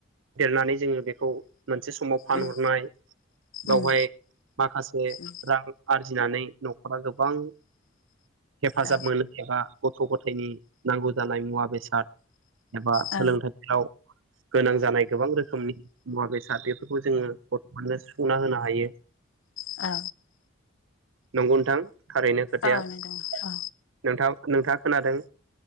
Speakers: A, on the right (about 70°); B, on the left (about 75°).
A: देरनानै जोङो बेखौ मोनसे समाव फानहरनाय
B: उम
A: बेयावहाय
B: उम
A: माखासे
B: औ
A: रां आरजिनानै न'खरा गोबां हेफाजाब
B: औ
A: मोनो एबा गथ' गथायनि नांगौ जानाय मुवा बेसाद एबा
B: औ
A: सोलोंथाइफोराव गोनां जानाय गोबां रोखोमनि मुवा बेसाद बेफोरखौ जोङो गथ'फोरनो सुफुंना होनो हायो
B: अ
A: नंगौ नोंथां थारैनो खोथाया
B: औ
A: नोंथां
B: नंगौ औ
A: नोंथाङा खोनादों